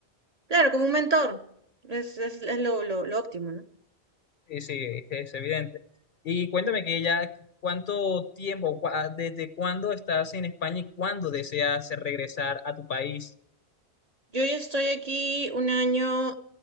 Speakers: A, on the right; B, on the left.
A: Claro, como un mentor, es, es, es lo, lo, lo óptimo, ¿no?
B: Sí, sí, es evidente. Y cuéntame que ya cuánto tiempo, cua- desde cuándo estás en España y cuándo deseas regresar a tu país.
A: Yo ya estoy aquí un año